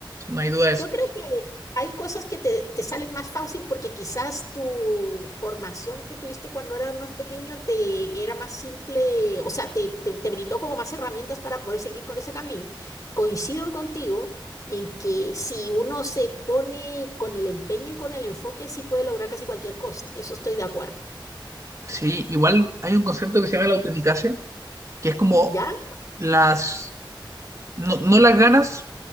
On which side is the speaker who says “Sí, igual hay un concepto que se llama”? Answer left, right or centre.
Right